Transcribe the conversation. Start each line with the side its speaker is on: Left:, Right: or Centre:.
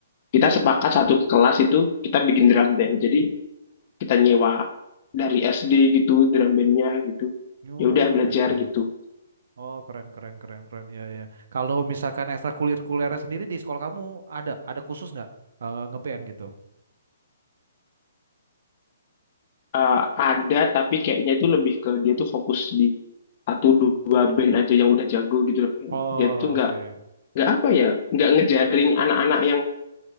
Left: kita sepakat satu kelas itu kita bikin drum band jadi kita nyewa dari SD gitu drum bandnya gitu
Right: Oh
Left: ya udah belajar
Right: gitu
Left: gitu
Right: oh keren keren keren keren ya ya kalau misalkan ekstrakurikulernya sendiri di sekolah kamu ada ada khusus nggak eh, ngeband gitu
Left: Eh, ada tapi kayaknya itu lebih ke dia tuh fokus di satu dua band aja yang udah jago gitu loh
Right: oh
Left: dia tuh nggak
Right: oke
Left: nggak apa ya nggak ngejaring anak-anak yang